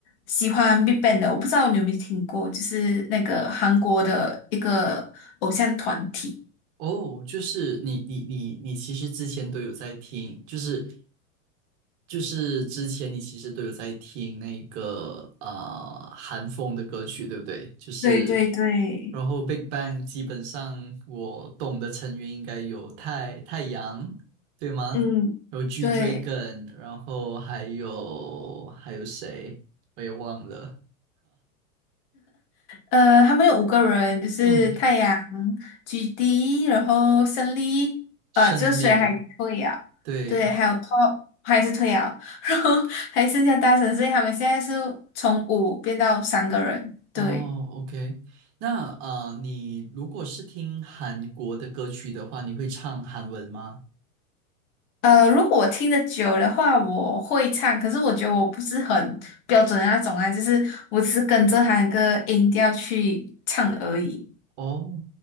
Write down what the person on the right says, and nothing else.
哦，就是你你你你其实之前都有在听，就是就是之前你其实都有在听那个呃韩风的歌曲，对不对？就是
然后 Big Bang 基本上我懂的成员应该有太太阳，对吗？
然后 G
Dragon，然后还有还有谁？我也忘了。
嗯，
胜利，
对。
哦，OK，
那呃，你如果是听韩国的歌曲的话，你会唱韩文吗？
哦，